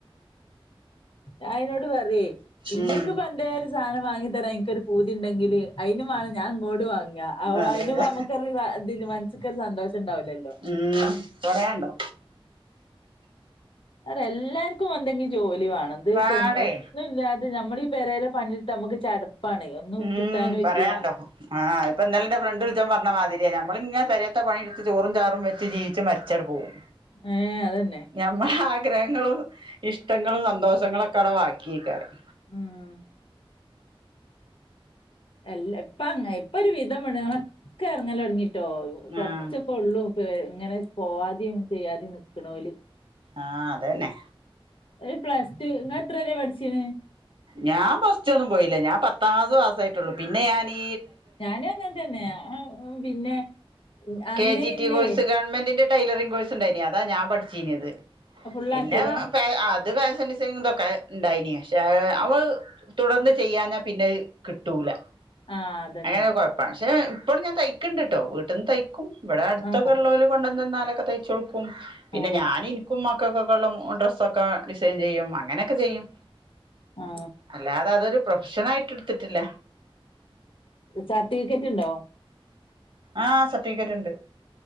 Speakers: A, on the left (about 65°); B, on the right (about 60°).
A: ഞ അയ്നോട് പറ്യേ ഇങ്ങക്ക്
B: ഉം
A: ഇപ്പ ന്തേ സാനം വാങ്ങി തരാ എൻകൊര് പൂതി ഇണ്ണ്ടെങ്കില് അയ്നു മാണം ഞാ ഇങ്ങളോട്ട് വാങ്ങ
B: അതെ
A: അയ്ന്
B: അതെ
A: അമ്മക്കൊര് ത് മൻസ്ക്കൊര് സന്തോഷണ്ടാവുലല്ലോ
B: ഉം പര്യാണ്ടോ
A: ര്യ എല്ലാർക്കും എന്തെങ്കി ജോലി വാണം ത്
B: വാടേ
A: പെൺ ഒന്നുല്ലാ ത് നമ്മളീ പെരേലെ പണിട്ട്ത് അമ്മക്ക് ചട്പ്പാണ് ഒന്നും
B: ഉം
A: കിട്ടാനും
B: പറയാണ്ടോ
A: ല്യ
B: ആഹ് അഹ്പ്പൊ ന്നലെ ന്റെ ഫ്രണ്ട് ൾച്ചാപ്പൊ പർഞ്ഞ മാതിര്യ ഞമ്മള്ങ്ങെ പെരേതെ പണിട്ത്ത് ചോറും ചാറും വെ ച്ച് ജീവിച്ച മര്ച്ചാട് പോ ഉം
A: ഏഹ് അതന്നെ
B: ഞമ്മള ആഗ്രഹങ്ങളും ഇഷ്ടങ്ങളും സന്തോഷങ്ങളൊക്കെ അടെ വാക്യേകാരം
A: ഉം എല്ല പ്പ അങ്ങ ഇപ്പൊര് വിധം പെണ്ണ്ങ്ങളൊക്കെ എർങ്ങലൊട്ങ്ങിട്ടോ കൊർചെ
B: ആഹ്
A: ഒള്ളൂ പ ഇങ്ങനെ പോവാതിം ചെയ്യാതിം നിക്ക്‌ണോല്
B: ആഹ് അതന്നെ
A: ഒരു പ്ലസ് ടു ഇങ്ങ എത്രരെ പട്ച്ണ്?
B: ഞാൻ പ്ലസ് ടുന്നും പോയില്ല ഞാൻ പത്താംക്ലാസ്സ്‌ പാസ്സായിട്ടുള്ളു പിന്നെ ഞാനീ
A: ഞാനും അങ്ങൻ തന്നെ പിന്നെ അന്ന്
B: കെ ജി
A: ഇന്നേ
B: ടി കോഴ്സ് കൻ ഗവൺമ്മന്റ്ന്റെ ടൈലറിങ്ങ് കോഴ്സ്ണ്ടായീനി അതാ ഞാൻ പട്ചീന്യത്
A: ഫുള്ളാക്കിയതാ
B: പിന്ന അത് ഫാഷ കെ ഇതോക്കെ ഇണ്ടായിനി ഷേ അവ തുടർന്ന് ചെയ്യാ പിന്നെ കിട്ടൂല
A: ആ അതന്നെ
B: അങ്ങനൊര് കൊഴപ്പാ ഷെ ഇപ്പളും ഞാൻ തയ്ക്കണ്ട് ട്ടോ വീട്ട്ന്ന് തയ്ക്കും ഇവ്ടെ അട്തൊക്കള്ളോല്
A: ആ
B: കൊണ്ടന്നെന്നാലൊക്കെ തയ്ചൊട്ക്കും പിന്നെ
A: ആ
B: ഞാൻ ഇൻക്കും മക്കക്കൊക്കെള്ള ഡ്രസ്സൊകെ ഡിസൈൻ ചെയ്യും അങ്ങനൊക്കെ ചെയ്യും
A: ആ
B: അല്ലാതെ അതൊര് പ്രൊഫ്ഷനായിട്ട് എട്ത്തിട്ടില്ല
A: സർട്ടിഫിക്കറ്റ് ഇണ്ടോ
B: ആഹ് സർട്ടിഫിക്കറ്റ് ഇണ്ട്